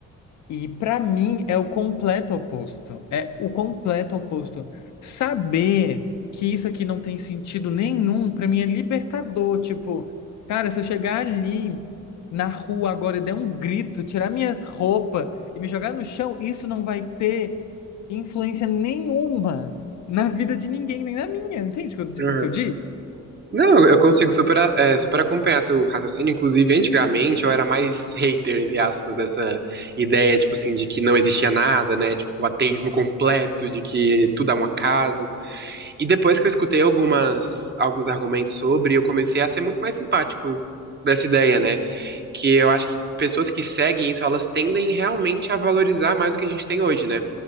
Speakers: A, on the left; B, on the right.
A: E para mim é o completo oposto. É o completo oposto. Saber que isso aqui não tem sentido nenhum, para mim é libertador. Tipo, cara, se eu chegar ali na rua agora e der um grito, tirar minhas roupas e me jogar no chão, isso não vai ter influência nenhuma na vida de ninguém, nem na minha. Entende o que eu di-
B: uhum.
A: o que eu digo?
B: Não, eu eu consigo super, a- é, super acompanhar seu raciocínio. Inclusive, antigamente eu era mais hater, entre aspas, dessa ideia, tipo assim, de que não existia nada, né? Tipo, o ateísmo completo, de que tudo é um acaso. E depois que eu escutei algumas, alguns argumentos sobre, eu comecei a ser muito mais simpático dessa ideia, né? Que eu acho que pessoas que seguem isso, elas tendem realmente a valorizar mais o que a gente tem hoje, né?